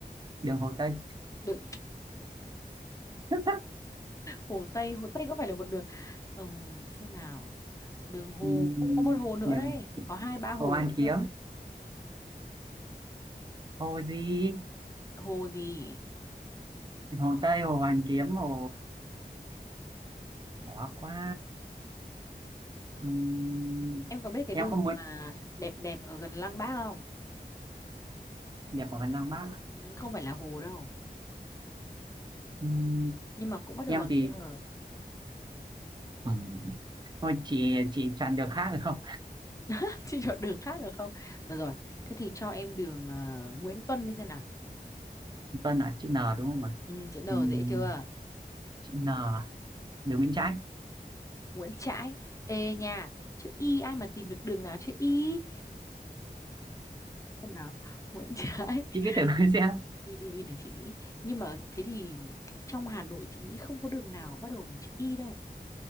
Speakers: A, on the right (about 25°); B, on the left (about 20°).
A: Đường Hồ Tây.
B: đừng
A: <laughs>
B: hồ Tây hồ Tây có phải là một đường ừ, xem nào đường hồ
A: Ừm,
B: cũng có một hồ nữa
A: điểm
B: đấy có hai ba hồ
A: Hồ Hoàn
B: nữa
A: Kiếm
B: cơ
A: hồ gì
B: Hồ gì?
A: hồ Tây hồ Hoàn Kiếm hồ khó quá Ừm,
B: Em có biết cái
A: em
B: đường
A: không
B: gì
A: muốn
B: mà đẹp đẹp ở gần Lăng Bác không?
A: điểm của Văn Lang Bác
B: Ừ, không phải là hồ đâu.
A: Ừm,
B: Nhưng mà cũng bắt đầu
A: em
B: bằng
A: thì
B: chữ hờ.
A: ừm, thôi chị chị chọn được khác được không
B: <laughs> Chị chọn đường khác được không? Được rồi. Thế thì cho em đường ờ, Nguyễn Tuân đi xem nào.
A: <laughs> Tuân là chữ N đúng không ạ
B: Ừ, chữ N
A: Ừm,
B: dễ chưa?
A: chữ N đường bên trái
B: Nguyễn Trãi. Ê nha. Chữ Y ai mà tìm được đường nào chữ Y? Xem nào. Nguyễn Trãi.
A: chị cứ thử <laughs> xem
B: <laughs> Y, y, y để chị nghĩ. Nhưng mà thế thì trong Hà Nội chị nghĩ không có đường nào bắt đầu bằng chữ Y đâu.